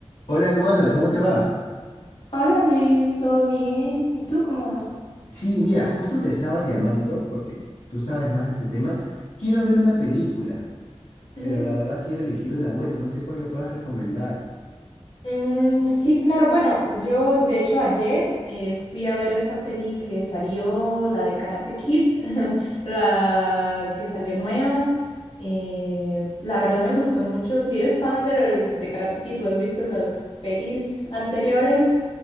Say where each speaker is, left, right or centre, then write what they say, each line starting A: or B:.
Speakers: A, on the left; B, on the left.
A: Hola Luana, ¿cómo te va?
B: Hola Luis, ¿todo bien? ¿Y tú cómo vas?
A: Sí, mira, justo te estaba llamando porque tú sabes más de este tema. Quiero ver una
B: Ujú,
A: película,
B: ujú.
A: pero la verdad quiero elegir una buena, no sé cuál me puedas recomendar.
B: Mm, sí, claro. Bueno, yo de hecho ayer eh, fui a ver esta peli que salió, la de Karate Kid, <laughs> la que salió nueva. Eh, la verdad me gustó mucho. Si eres fan del, de Karate Kid, tú has visto las pelis anteriores.